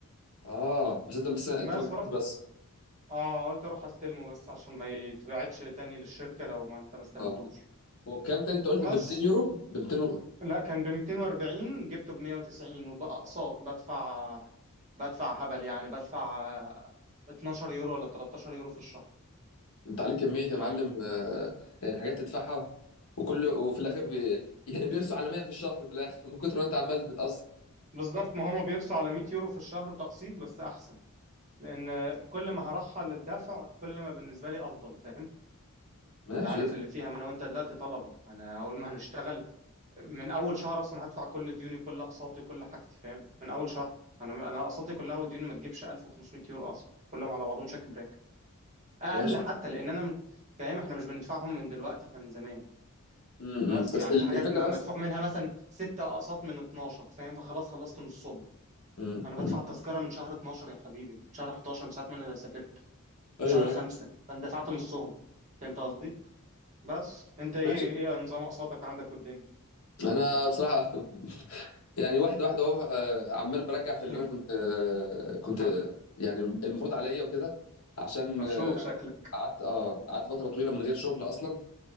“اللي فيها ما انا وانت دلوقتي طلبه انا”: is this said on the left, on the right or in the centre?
Right